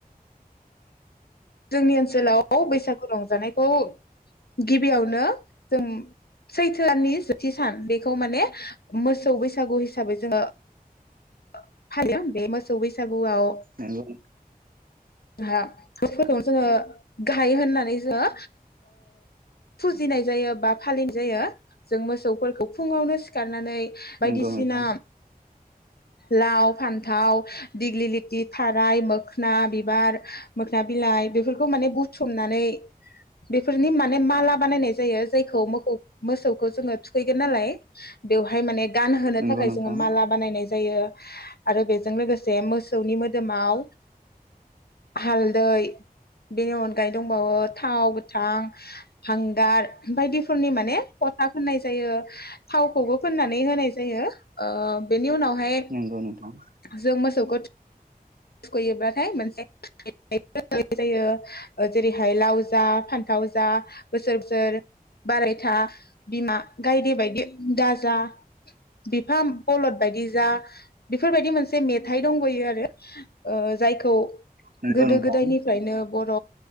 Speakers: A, on the left (about 85°); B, on the right (about 65°).
A: जोंनि ओनसोलाव बैसागु रंजानायखौ गिबियावनो जों सैथो दाननि जोबथि सान बेखौ माने मोसौ बैसागु हिसाबै जोङो फालियो बे मोसौ बैसागु गुआव
B: नंगौ
A: हा फोरबोनो जोङो गाहाय होननानै जोङो फुजिनाय जायो बा फालिनाय जायो जों मोसौफोरखौ फुङावनो सिखारनानै बायदिसिना
B: नंगौ नोंथां
A: लाव फान्थाव दिग्लि लिथि थाराय मोखोना बि बिबार मोखोना बिलाइ बेफोरखौ माने बुथुमनानै बेफोरनि माने माला बानायनाय जायो जायखौ मोखौ मोसौखौ जों थुखैगोन नालाय बेवहाय माने गानहोनो
B: नंगौ
A: थाखाय
B: नोंथां
A: जोङो माला बानायनाय जायो आरो बेजों लोगोसे मोसौनि मोदोमाव हालदै बेनि अनगायै दंबावो थाव गोथां हांगार बायदिफोरनि माने फथा फोननाय जायो थावखौबो फोननानै होनाय जायो ओ बेनि उनाव हाय
B: नंगौ नोंथां
A: जों मोसौखौ थुखैयोब्लाथाय मोनसे मेथाइ रोजाबनाय जायो जेरैहाय लाव जा फान्थाव जा बोसोर बोसोर बारायथा बिमा गायदे बायदि दाज जा बिफा बलद बायदि जा बेफोरबायदि मोनसे मेथाइ दंबयो आरो ओ जायखौ
B: नंगौ
A: गोदो
B: नोंथां
A: गोदायनिफ्रायनो बर'